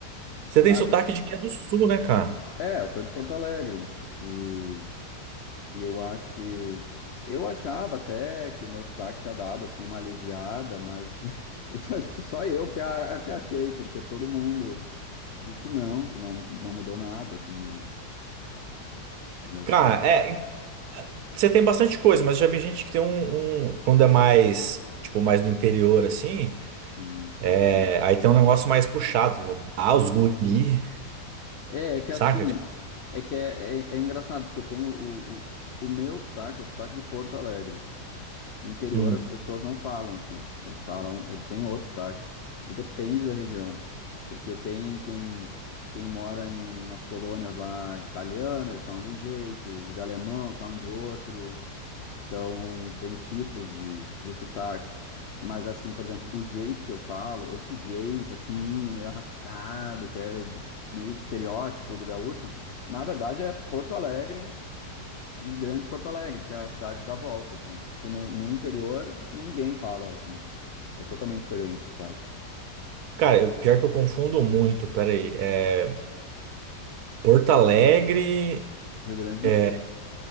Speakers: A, on the left (about 65°); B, on the right (about 70°).
A: de...
B: Você tem
A: Ah,
B: sotaque de quem é do sul, né, cara?
A: é, eu sou de Porto Alegre e... E eu acho que. Eu achava até que o meu sotaque tinha dado assim uma aliviada, mas <laughs> isso acho que só eu que, a, que achei, porque todo mundo diz que não, que não, não mudou nada, assim, ó, que o meu
B: Cara,
A: sotaque.
B: é, você tem bastante coisa, mas já vi gente que tem um, um- quando é mais, tipo, mais do interior, assim,
A: Hum.
B: é, aí tem um negócio mais puxado, ah, os guri,
A: É, é que
B: saca?
A: assim,
B: Tipo,
A: é que é, é, é engraçado, porque tem o, o, o o meu sotaque, é o sotaque de Porto Alegre. No interior
B: hum.
A: as pessoas não falam assim. Eles falam, eles têm outro sotaque. E depende da região, porque tem quem quem mora em nas colônias lá de italiano, eles falam de um jeito, de alemão, eles falam de outro. Então tem tipos de de sotaque. Mas assim, por exemplo, o jeito que eu falo, esse jeito assim, meio arrastado, que é meio estereótipo do gaúcho, na verdade é Porto Alegre e Grande Porto Alegre, que é as cidades da volta, assim. Porque no, no interior ninguém fala assim. É totalmente diferente o sotaque.
B: Cara, eu, pior que eu confundo muito, peraí, é, Porto Alegre,
A: Rio Grande
B: é,
A: do Sul.